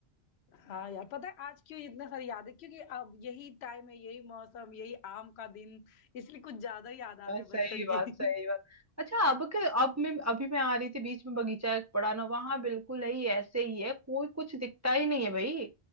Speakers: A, on the left; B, on the right.
A: हाँ यार पता है आज क्यों इतने सारी याद है क्योंकि अब यही टाइम है यही मौसम यही आम का दिन इसलिए कुछ ज्यादा ही याद आ
B: बात-
A: रहा है
B: सही
A: बचपन
B: बात
A: की
B: सही
A: <laughs>
B: बात अच्छा अब के अब मैं अभी मैं आ रही थी बीच में बगीचा एक पड़ा ना वहां बिल्कुल ही ऐसे ही है कोई कुछ दिखता ही नहीं है भाई